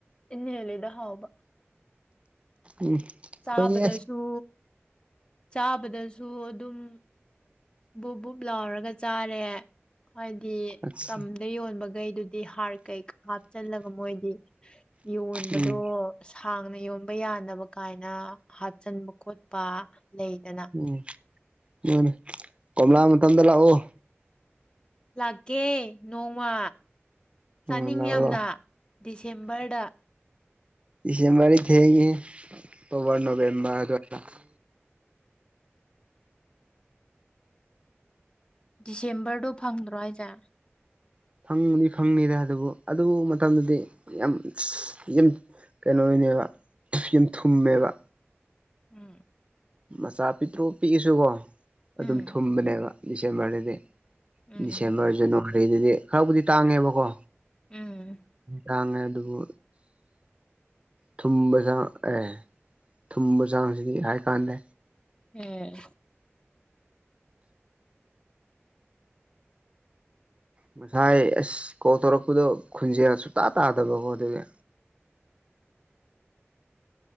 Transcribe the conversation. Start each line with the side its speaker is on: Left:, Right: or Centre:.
Left: ꯏ ꯍꯦꯜꯂꯤꯗ ꯍꯥꯎꯕ
Right: ꯎꯝ ꯑꯩꯈꯣꯏꯗꯤ
Left: ꯆꯥꯕꯗꯁꯨ ꯆꯥꯕꯗꯁꯨ ꯑꯗꯨꯝ ꯕꯨꯛ ꯕꯨꯞ ꯂꯥꯎꯔꯒ ꯆꯥꯔꯦ ꯍꯥꯏꯗꯤ
Right: ꯑꯁ
Left: ꯇꯝꯗ ꯌꯣꯟꯕꯈꯩꯗꯨꯗꯤ ꯍꯥꯔ ꯀꯩꯀ ꯍꯥꯞꯆꯜꯂꯒ ꯃꯣꯏꯗꯤ ꯌꯣꯟꯕꯗꯣ
Right: ꯎꯝ
Left: ꯁꯥꯡꯅ ꯌꯣꯕ ꯌꯥꯅꯕ ꯀꯥꯏꯅ ꯍꯥꯠꯆꯤꯟꯕ ꯈꯣꯠꯄ ꯂꯩꯗꯅ
Right: ꯎꯝ ꯃꯥꯅꯦ ꯀꯣꯝꯂꯥ ꯃꯇꯝꯗ ꯂꯥꯛꯑꯣ
Left: ꯂꯥꯀꯦ ꯅꯣꯡꯃ ꯆꯥꯅꯤꯡ
Right: ꯎꯝ ꯂꯥꯛꯑꯣ
Left: ꯌꯥꯝꯅ
Right: ꯂꯥꯛꯑꯣ
Left: ꯗꯤꯁꯦꯝꯕꯔꯗ
Right: ꯏꯁ ꯗꯤꯁꯦꯝꯕꯔꯗ ꯊꯦꯪꯏ꯫ ꯑꯣꯛꯇꯣꯕꯔ ꯅꯕꯦꯝꯕꯔ ꯑꯗꯨꯋꯥꯏ ꯑ <inaudible> <unintelligible>
Left: ꯗꯤꯁꯦꯝꯕꯔꯗꯨ ꯐꯪꯗ꯭ꯔꯣ ꯍꯥꯏꯖꯦ
Right: ꯐꯪꯅꯤ ꯐꯪꯅꯤꯗ ꯑꯗꯨꯕꯨ ꯑꯗꯨ ꯃꯇꯝꯗꯗꯤ ꯌꯥꯝ ꯌꯥꯝ ꯀꯩꯅꯣꯅꯦꯕ ꯌꯥꯝ ꯊꯨꯝꯃꯦꯕ
Left: ꯎꯝ
Right: ꯃꯆꯥ ꯄꯤꯛꯇ꯭ꯔꯣ ꯄꯤꯛꯏꯁꯨꯀꯣ ꯑꯗꯨꯝ
Left: ꯎꯝ
Right: ꯊꯨꯝꯕꯅꯦꯕ ꯗꯤꯁꯦꯝꯕꯔꯗꯗꯤ
Left: ꯎꯝ
Right: ꯗꯤꯁꯦꯝꯕꯔ ꯖꯋꯥꯔꯤ ꯀꯩꯗꯨꯗꯤ ꯈꯔꯕꯨꯗꯤ ꯇꯥꯡꯉꯦꯕꯀꯣ
Left: ꯎꯝ
Right: ꯇꯥꯡꯉꯦ ꯑꯗꯨꯕꯨ ꯊꯨꯝꯕ ꯆꯥꯡ ꯑꯦ ꯊꯨꯝꯕ ꯆꯥꯡꯁꯤꯗꯤ ꯍꯥꯏ ꯀꯥꯟꯗ
Left: ꯎꯝ
Right: ꯉꯁꯥꯏ ꯑꯁ ꯀꯣ ꯇꯧꯔꯛꯄꯗꯣ ꯈꯨꯟꯖꯦꯜ ꯁꯨꯇꯥ ꯇꯥꯗꯕꯀꯣ ꯑꯗꯨꯗꯤ